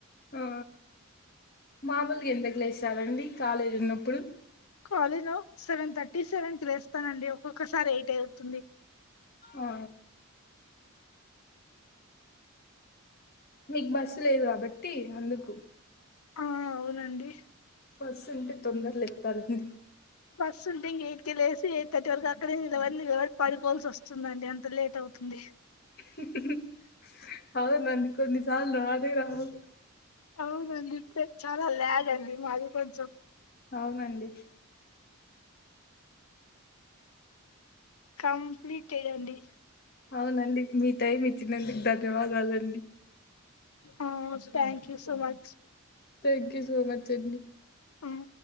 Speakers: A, on the left; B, on the left.
A: ఆ మామూలుగా ఎందుక్ లేస్తారండి కాలేజ్ ఉన్నప్పుడు
B: కాలేజ్లో సెవెన్ థర్టీ సెవెన్కి లేస్తానండి. ఒక్కొక్కసారి ఎయిట్ అయితుంది
A: ఆ మీక్ బస్సు లేదు కాబట్టి అందుకు
B: ఆ అవునండి
A: బస్సు ఉంటే తొందర్ లేత్తరండి
B: బస్సు ఉంటే ఇంగ ఎయిట్కి లేసి ఎయిట్ థర్టీ వరకు అక్కడే నిలవడి నిలబడి పడిపొవాల్సి వస్తుందండి అంత లేట్ అవుత్ ఉంది
A: హ్ హు అవునండి కొన్ని సార్లు రానేరావు
B: అవునండి కొంచం చాలా ల్యాగ్ అండి మాది కొంచం
A: అవునండి
B: కంప్లీటెడండి.
A: అవునండి మీ టైం ఇచ్చినందుకు ధన్యవాదాలు అన్
B: ఆ స్ thank you so much
A: thank you so much అండి
B: ఉమ్